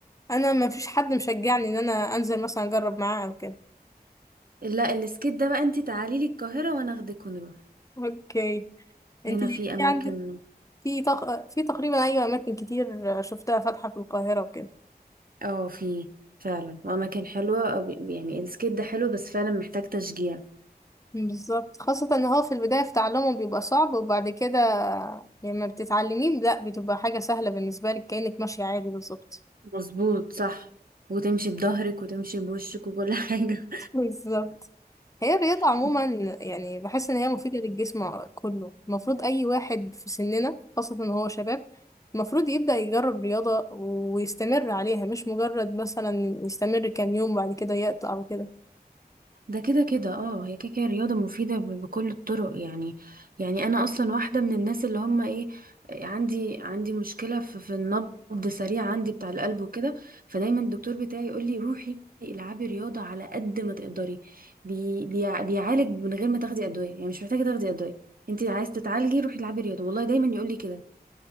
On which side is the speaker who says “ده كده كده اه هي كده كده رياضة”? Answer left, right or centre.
Right